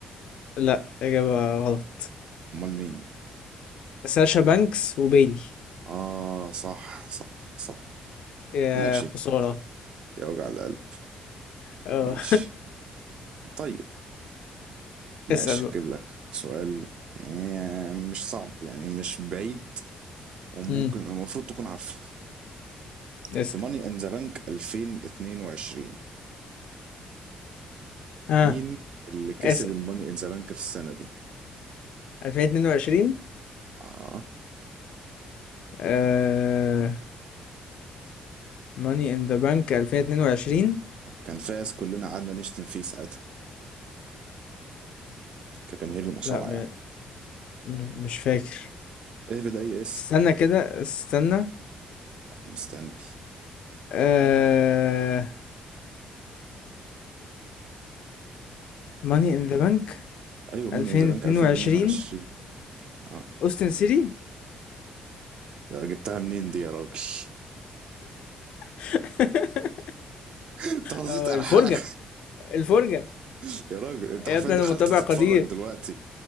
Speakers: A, on the left; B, on the right.
A: لا إجابة غلط
B: امال مين
A: ساشا بانكس وبيلي
B: اه صح صح صح
A: يا
B: ماشي
A: خسارة
B: يا وجع القلب
A: اه
B: ماشي طيب ماشي
A: <laughs> اسأل
B: اجيب لك سؤال آه، مش صعب يعني مش بعيد وممكن
A: بقى
B: المفروض تكون عارفه
A: اسأل
B: في ماني ان ذا بانك 2022
A: اه
B: مين اللي كسب
A: اسأل
B: الماني ان ذا بانك في السنة دي
A: 2022
B: اه
A: آه... ماني ان ذا بانك 2022
B: كان فاز كلنا قعدنا نشتم فيه ساعتها كجماهير المصارعة
A: لا م...
B: يعني
A: م... مش فاكر
B: اهبد اي اسم
A: استنى كده استنى
B: مستني
A: آه... ماني ان ذا بانك
B: ايوه موني
A: 2022
B: ان ذا بانك 2022 اه
A: اوستن سيتي
B: يا جبتها منين دي يا راجل <laughs>
A: <laughs>
B: انت هزيت
A: آه،
B: على
A: الفرجة
B: حالك
A: الفرجة
B: <laughs> يا راجل انت
A: يا
B: حرفيا
A: ابني
B: دخلت
A: انا متابع
B: تتفرج
A: قدير
B: دلوقتي